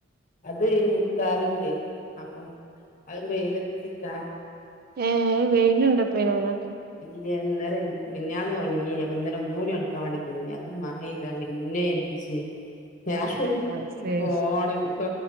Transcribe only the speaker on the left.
അത് മുത്താറിണ്ട്. അപ്പൊ അത് വെയിലത്ത് ചിക്കാ.
ഇന്നലെ മിനിഞ്ഞാന്ന് ഒണങ്ങി അപ്പം ഇന്നലെ ഒന്നുടെ വയ്ക്കാൻ അത് മഴ പെയ്ത ന്നെ ഏപ്പിച്ചീനി ഞാന്
ഫോ